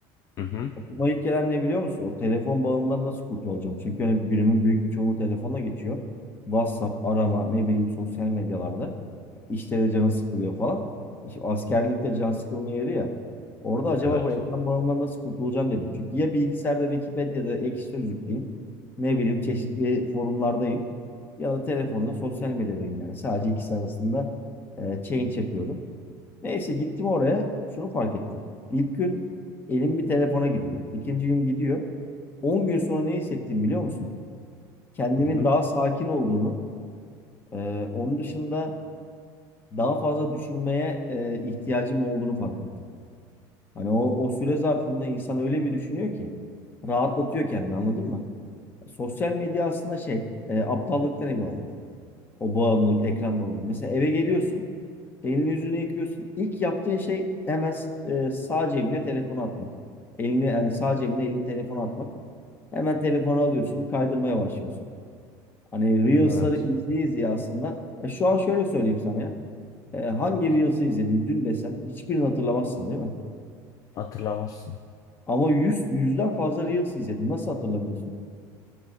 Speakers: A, on the left; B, on the left.
A: Hı hı.
B: Aklıma ilk gelen ne biliyor musun? O telefon bağımlılığından nasıl kurtulacağım? Çünkü hani günümün büyük bir çoğunluğu telefonla geçiyor. WhatsApp, arama, ne bileyim sosyal medyalarda. İşte de canı sıkılıyor falan. İşte askerlikte can sıkılma yeri ya. Orada acaba
A: Evet.
B: bu ekran bağımlılığından nasıl kurtulacağım dedim. Çünkü ya bilgisayarda Wikipedia'da Ekşi Sözlük'teyim. Ne bileyim çeşitli forumlardayım. Ya da telefonda sosyal medyadayım yani. Sadece ikisi arasında e, change yapıyorum. Neyse gittim oraya. Şunu fark ettim. İlk gün elim bir telefona gidiyor. İkinci gün gidiyor. 10 gün sonra ne hissettim biliyor musun? Kendimin
A: Hı hı.
B: daha sakin olduğunu, e, onun dışında daha fazla düşünmeye e, ihtiyacım olduğunu fark ettim. Hani o, o süre zarfında insan öyle bir düşünüyor ki rahatlatıyor kendini anladın mı? Sosyal medya aslında şey e, aptallıktan ibaret. O bağımlılık, ekran bağımlılığı. Mesela eve geliyorsun. Elini yüzünü yıkıyorsun. İlk yaptığın şey hemen e, sağ cebine telefonu atmak. Elini yani sağ cebine elini telefonu atmak. Hemen telefonu alıyorsun, kaydırmaya başlıyorsun. Hani Reels'ları
A: Evet.
B: izleye izleye aslında. E, şu an şöyle söyleyeyim sana ya. E, hangi Reels'ı izledim dün desem hiçbirini hatırlamazsın değil mi?
A: Hatırlamazsın.
B: Ama 100 yüzden fazla Reels izledim. Nasıl hatırlamıyorsun?